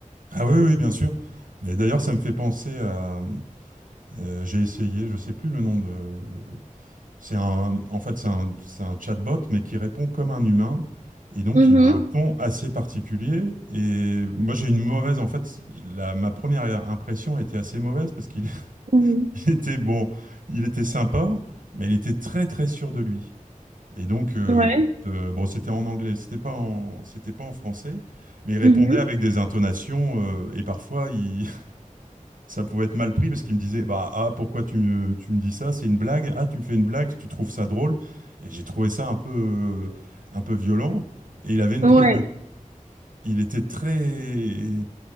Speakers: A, on the right; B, on the right.
A: Ah oui, oui, bien sûr. Et d'ailleurs, ça me fait penser à, Euh, j'ai essayé, je sais plus le nom de. C'est un, en fait, c'est un, c'est un chatbot, mais qui répond comme un humain. Et donc,
B: Mhm,
A: il a un ton assez particulier. Et moi, j'ai une mauvaise, en fait, la, ma première impression était assez mauvaise parce qu'il
B: mhm.
A: <laughs> il était bon, il était sympa, mais il était très, très sûr de lui. Et donc, euh,
B: Ouais.
A: euh, bon, c'était en anglais, c'était pas en, c'était pas en français, mais il répondait
B: Mhm.
A: avec des intonations euh, et parfois, il, ça pouvait être mal pris parce qu'il me disait bah ah pourquoi tu me, tu me dis ça c'est une blague ah tu me fais une blague tu trouves ça drôle et j'ai trouvé ça un peu un peu violent et il avait une
B: Ouais.
A: prise de il était très